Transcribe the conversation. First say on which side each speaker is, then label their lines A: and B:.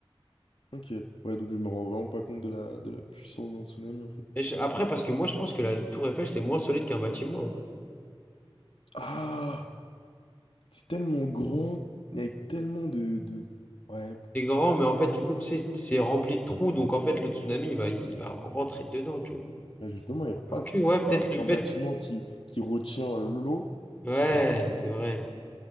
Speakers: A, on the left; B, on the left.
A: Ok, ouais, donc je me rends vraiment pas compte de la, de la puissance d'un tsunami en fait.
B: Et je- Après, parce que moi, je pense que la tour Eiffel, c'est moins solide qu'un bâtiment. hein.
A: Ah, c'est tellement grand, et avec tellement de, de... Ouais,
B: C'est grand, mais en fait, du coup, tu sais, c'est rempli de trous, donc en fait, le tsunami, il va, il va rentrer dedans, tu vois.
A: bah justement, il repasse.
B: Ok, ouais, peut-être
A: Alors
B: le
A: qu'un
B: fait.
A: bâtiment qui, qui retient l'eau,
B: Ouais,
A: euh,
B: c'est vrai.